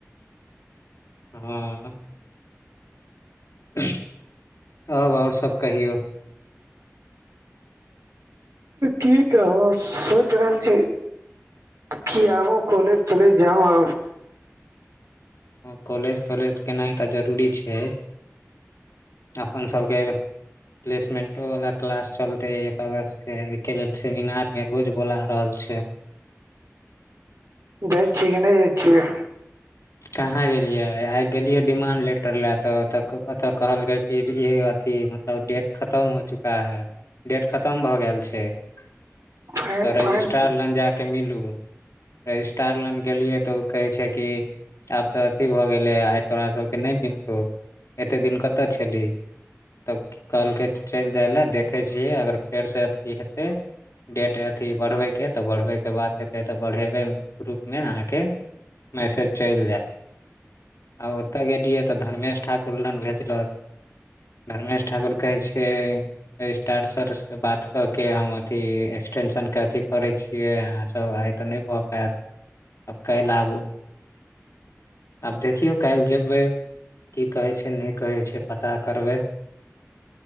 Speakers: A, on the left; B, on the right.
A: हु <unintelligible> तब और सब कहियौ।
B: की कहू सोच रहल छी। खी आबो कॉलज ताॅलेज जाउ आब।
A: हं कॉलेज तॉलेज केनाइ तऽ जरूरी छै। <inaudible> अपन सभ केँ आइबेर प्लेसमेंटो वला क्लास चलते एक अगस्त से अयकेँ लेल सेमिनार में रोज बोला रहल छै।
B: जाइ छियै कि नै जाइ छियै।
A: कहाँ गेलियै आइ गेलियै डिमांड लेटर लए तऽ ओ तऽ ओ तऽ कहलकै <unintelligible> अथी मतलब डेट खतम हो चुका है। डेट खतम भऽ गेल छै <inaudible>
B: फाइन
A: तऽ रजिस
B: फाइन
A: टार लंग जा कऽ मिलु रजिस्टार लंग गेलिये तऽ उ कहे छै की आब तऽ अथी भऽ गेले आइ तोरा सब कऽ नै मिलतौ एते दिन कऽ तऽ छेलही तब कहलकै चैल जाइ लए देखै छियै अगर फेर स अथी हेतै डेट अथी बढ़बय केँ तऽ बढ़बय केँ बात हेतै तऽ बढ़ेबै रुप में अहाँ केँ मैसेज चैल जैत आ ओ तऽ गेलियै तऽ धर्मेश ठाकुर लग भेजलक। धर्मेश ठाकुर कहै छै स्टार सरसँ बात कऽ के हम अथि एक्सटेंशनके अथि करैत छी के अहाँ सब आइ तऽ नहीं कय पायत आब काईल आबू आब देखियौ काल्हि जेबैय की कहै छैय नहि कहै छैय पता करबै